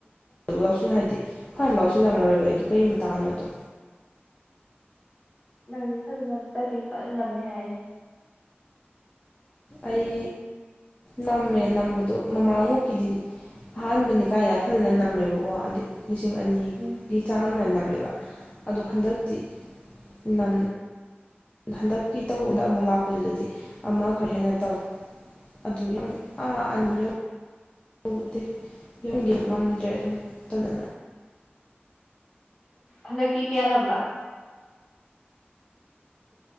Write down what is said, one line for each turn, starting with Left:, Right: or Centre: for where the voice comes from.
Left: ꯂꯧꯁꯤꯜ ꯍꯥꯏꯗꯤ ꯐꯅ ꯂꯧꯁꯤꯜꯂꯝꯃꯔꯣꯏꯕ ꯑꯩꯗꯣ ꯀꯔꯤ ꯃꯇꯥꯡꯅꯣꯗꯣ
Centre: ꯅꯪꯗꯤ ꯐꯖꯅ ꯇꯥꯏꯄꯤꯡ ꯐꯖꯂꯝꯃꯦ ꯍꯥꯏꯔꯅꯤ
Left: ꯑꯩ ꯅꯝꯃꯦ ꯅꯝꯕꯗꯣ ꯃꯃꯥꯡꯃꯨꯛꯀꯤꯗꯤ ꯑꯍꯥꯟꯕꯅꯤ ꯀꯥꯏꯅ ꯐꯖꯅ ꯅꯝꯃꯦꯕꯀꯣ ꯍꯥꯏꯗꯤ ꯂꯤꯁꯤꯡ ꯑꯅꯤꯒꯤ
Centre: ꯎꯝ
Left: ꯆꯥꯡ ꯑꯗꯨꯃꯥꯏꯅ ꯅꯝꯃꯦꯕ ꯑꯗꯣ ꯍꯟꯗꯛꯇꯤ ꯅꯝ ꯍꯟꯗꯛꯀꯤ ꯇꯧꯕꯗ ꯑꯃꯨꯛ ꯂꯥꯛꯄꯗꯨꯗꯗꯤ ꯑꯃ ꯈꯔ ꯍꯦꯟꯅ ꯇꯧꯋꯦ ꯑꯗꯨ ꯑꯥ ꯑꯅꯤ ꯇꯗꯤ ꯌꯨꯝꯒꯤ ꯉꯝꯗ꯭ꯔꯦ ꯑꯗꯨꯝ ꯇꯅ
Centre: ꯍꯟꯗꯛꯀꯤ ꯀꯌꯥ ꯂꯝꯝꯕ